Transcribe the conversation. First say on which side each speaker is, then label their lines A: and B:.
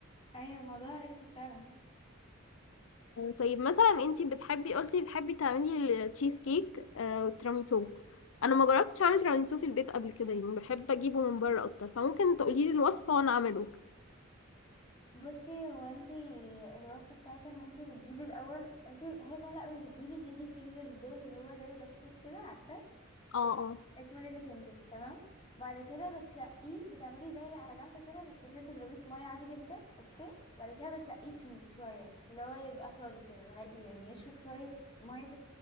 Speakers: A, on the left (about 30°); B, on the left (about 75°).
A: ايوه الموضوع رخم فعلا
B: طيب مثلا انتي بتحبي قلتي بتحبي تعملي التشيز كيك آه والتيراميسو انا ما جربتش اعمل تيراميسو في البيت قبل كده يعني بحب اجيبه من بره اكتر فممكن تقولي لي الوصفه وانا اعمله
A: بصي هو انتي الوصفة بتاعتها ان انتي بتجيبي الاول انتي هي سهلة قوي بتجيبي الليدي فينجرز دول اللي هو زي بسكوت كده عارفاه
B: اه اه
A: اسمه ليدي فينجرز تمام بعد كده بتسقيه بتعملي زي على جنب كده نسكافيه تضربيه في مية عادي جدا اوكي بعد كده بتسقيه فيه شوية اللي هو يبقى طري كده لغاية يعني يشرب شوية مية